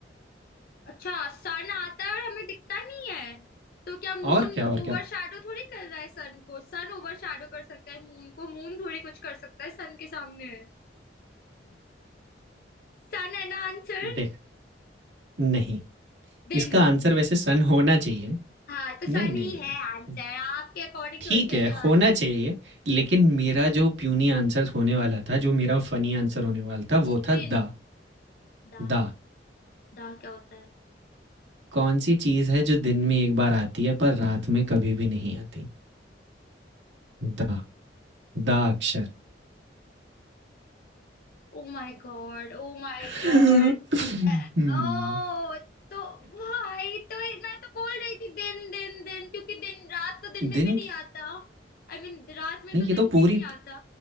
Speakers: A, on the left; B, on the right.
A: अच्छा सन आता है और हमें दिखता नहीं है तो क्या मून
B: और क्या
A: ओवरशैडो
B: और क्या
A: थोड़ी कर रहा है सन को सन ओवरशैडो कर सकता है मून को मून थोड़ी कुछ कर सकता है सन के सामने सन है ना आंसर
B: देख नहीं
A: दिन
B: इसका आंसर वैसे सन होना चाहिए
A: हाँ तो सन
B: नहीं नहीं
A: ही
B: नहीं
A: है
B: नहीं
A: आंसर आपके अकॉर्डिंग
B: ठीक
A: थोड़ी चलने
B: है
A: वाला
B: होना
A: है
B: चाहिए लेकिन मेरा जो प्यूनी आंसर होने वाला था जो मेरा फनी आंसर होने वाला था
A: हम्म,
B: वो था
A: दिन
B: दा
A: दा
B: दा
A: दा क्या होता है
B: कौन सी चीज़ है जो दिन में एक बार आती है पर रात में कभी भी नहीं आती दा दा अक्षर
A: Oh my god oh my
B: <laughs>
A: god
B: हम्म,
A: ओ तो भाई तो मैं तो बोल रही थी दिन दिन दिन क्योंकि दिन रात तो दिन में
B: दिन
A: भी नहीं
B: के-
A: आता आई I मीन mean, रात में
B: नहीं
A: तो
B: ये तो
A: दिन भी
B: पूरी
A: नहीं आता